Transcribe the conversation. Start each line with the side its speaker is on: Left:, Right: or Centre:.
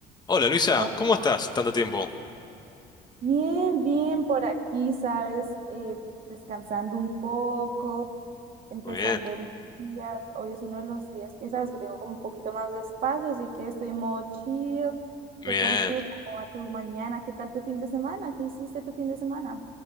Left: Hola Luisa,
Right: Oh,
Left: ¿cómo estás? Tanto tiempo.
Right: bien, bien por aquí, ¿sabes? Eh, descansando un poco, empezando
Left: Muy bien,
Right: el día. Hoy es uno de los días que, ¿sabes? Que tengo como un poquito más de espacio, así que estoy en modo chill.
Left: bien,
Right: ¿Qué tal tú? ¿Cómo va tu mañana? ¿Qué tal tu fin de semana? ¿Qué hiciste tu fin de semana?